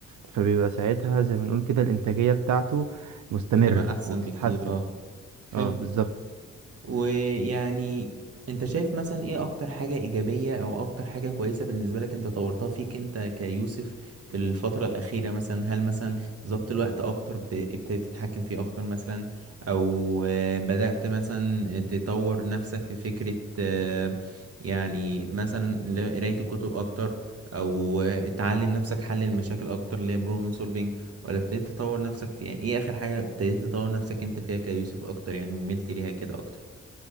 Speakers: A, on the right (about 75°); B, on the right (about 50°).
A: فبيبقى ساعتها زي ما نقول كده الانتاجية بتاعته مستمرة
B: بتبقى احسن
A: وبتتحسن
B: بكتير اه حلو
A: اه بالظبط
B: ويعني انت شايف مثلا ايه اكتر حاجة ايجابية او اكتر حاجة كويسة بالنسبة لك انت طورتها فيك انت كيوسف في الفترة الاخيرة مثلا هل مثلا ظبط الوقت اكتر بت- ابتديت تتحكم فيه اكتر مثلا او آه، بدأت مثلا تطور نفسك في فكرة آه، يعني مثلا ل- قراية الكتب اكتر او آه، تعلم نفسك حل المشاكل اكتر اللي هي بروبلم سولفينج ولا ابتديت تطور نفسك في يعني ايه اخر حاجة ابتديت تطور نفسك انت فيها كيوسف اكتر يعني وملت ليها كده اكتر